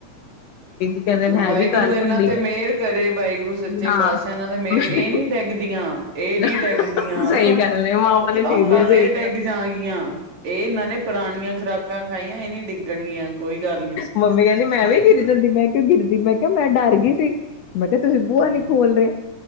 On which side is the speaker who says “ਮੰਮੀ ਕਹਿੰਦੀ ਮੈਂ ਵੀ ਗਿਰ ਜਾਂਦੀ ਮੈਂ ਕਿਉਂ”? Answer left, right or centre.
Left